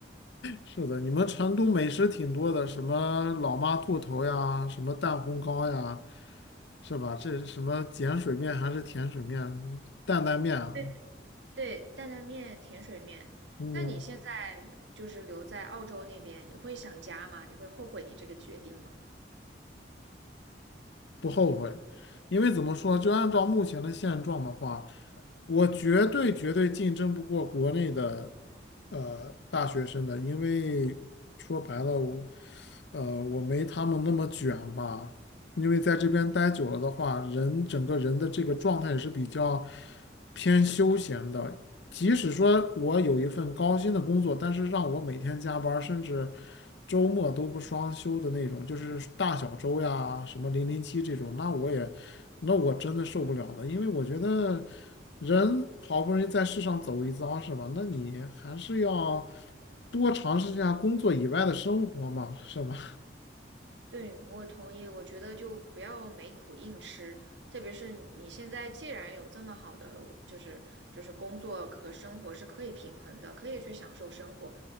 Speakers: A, on the left; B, on the right.
A: 是的，你们成都美食挺多的，什么老妈兔头呀，什么蛋烘糕呀，是吧？这是什么碱水面还是甜水面，担担面啊
B: 对对，担担面、甜水面。
A: 嗯，
B: 那你现在就是留在澳洲那边，你会想家吗？你会后悔你这个决定吗？
A: 不后悔，因为怎么说，就按照目前的现状的话，我绝对绝对竞争不过国内的呃大学生的，因为说白了，我呃我没他们那么卷吧，因为在这边待久了的话，人整个人的这个状态也是比较偏休闲的，即使说我有一份高薪的工作，但是让我每天加班儿甚至周末都不双休的那种，就是大小周呀，什么零零七这种，那我也，那我真的受不了的，因为我觉得人好不容易在世上走一遭，是吧？那你还是要多尝试一下工作以外的生活嘛，是吧？
B: 对，我同意。我觉得就不要没苦硬吃，特别是你现在既然有这么好的，就是就是工作和生活是可以平衡的，可以去享受生活，